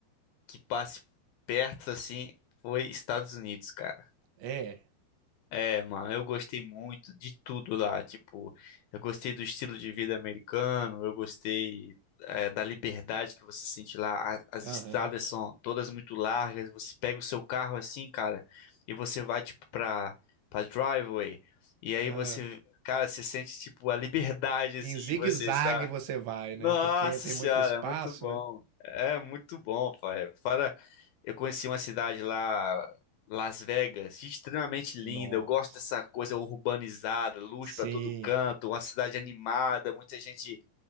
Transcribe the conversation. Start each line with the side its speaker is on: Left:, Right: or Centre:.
Left: que passe perto assim, foi Estados Unidos, cara.
Right: É,
Left: É, mano, eu gostei muito de tudo lá. Tipo, eu gostei do estilo de vida americano, eu gostei, é, da liberdade que você sente lá. A- As
Right: aham.
Left: estradas são todas muito largas. Você pega o seu carro assim, cara, e você vai, tipo, pra, pra driveway. E aí
Right: ah.
Left: você, cara, você sente, tipo, a liberdade,
Right: Em
Left: assim,
Right: zigue-zague
Left: em você, sabe?
Right: você vai,
Left: Nossa
Right: né? Porque tem
Left: senhora,
Right: muito espaço,
Left: é muito bom.
Right: né?
Left: É muito bom, pai. Fora, eu conheci uma cidade lá, Las Vegas, extremamente linda.
Right: Nossa.
Left: Eu gosto dessa coisa urbanizada, luz
Right: Sim,
Left: pra todo canto, uma cidade animada, muita gente.